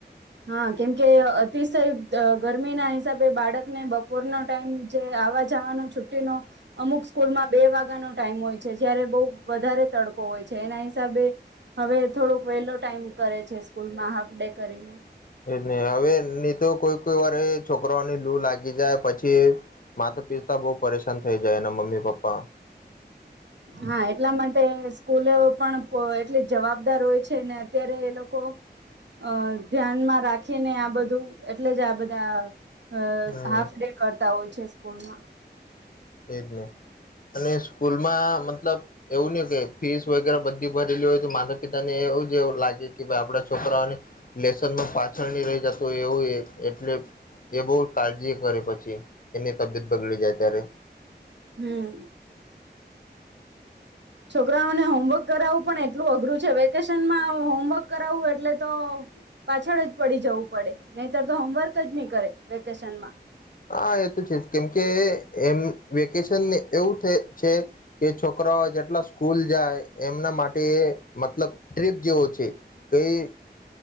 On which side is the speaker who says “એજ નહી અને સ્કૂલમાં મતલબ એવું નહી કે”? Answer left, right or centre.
Left